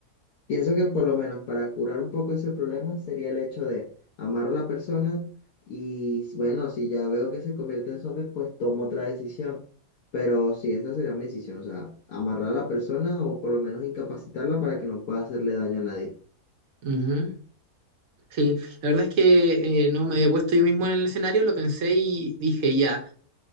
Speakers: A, on the left; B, on the right.
A: pienso que por lo menos para curar un poco ese problema sería el hecho de amar a la persona y bueno, si ya veo que se convierte en zombie, pues tomo otra decisión. Pero sí, esa sería mi decisión, o sea, amarrar a la persona o por lo menos incapacitarla para que no pueda hacerle daño a nadie.
B: ujú. Sí, la verdad es que eh, no me había puesto yo mismo en el escenario, lo pensé y dije, ya,